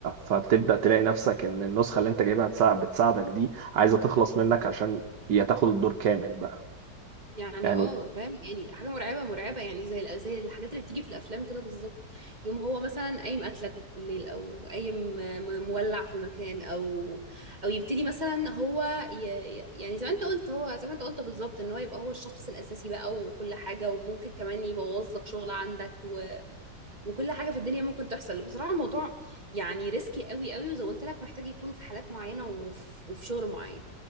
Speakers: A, on the right; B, on the right.
A: فتبدأ تلاقي نفسك ان النسخة اللي انت جايبها تساع- بتساعدك دي عايزة تخلص منك عشان هي تاخد الدور كامل بقى
B: يعني
A: يعني
B: اه فاهم يعني حاجه مرعبه مرعبه يعني زي الأ- زي الحاجات اللي بتيجي في الافلام كده بالظبط يوم هو مثلا قايم قتلك بالليل او قايم م- مولع في المكان او او يبتدي مثلا هو ي... ي- يعني زي ما انت قلت هو زي ما انت قلت بالظبط ان هو يبقى هو الشخص الاساسي بقى وكل حاجه وممكن كمان يبوظ لك شغل عندك و... وكل حاجه في الدنيا ممكن تحصل بصراحه الموضوع يعني ريسكي قوي قوي وزي ما قلت لك محتاج يكون في حالات معينه وفي, وفي شغل معين